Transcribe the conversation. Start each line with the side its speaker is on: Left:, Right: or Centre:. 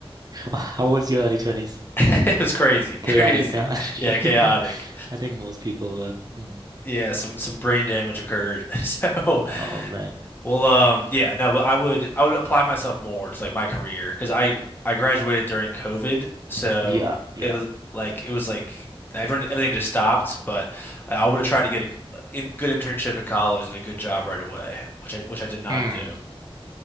Right: Wh- How was your early 20s?
Left: It was crazy,
Right: Chaotic,
Left: crazy.
Right: huh?
Left: Yeah,
Right: <laughs>
Left: chaotic.
Right: Yeah. I think most people were. Mm.
Left: Yeah, some some brain damage occurred. <laughs> So
Right: Oh man.
Left: Well, um, yeah, no, but I would I would apply myself more to like my career because I I graduated during COVID, so
Right: Yeah, yeah.
Left: it was like it was like everyone everything just stopped. But I would have tried to get a g- in, good internship in college and a good job right away, which I which I did not
Right: Mm.
Left: do.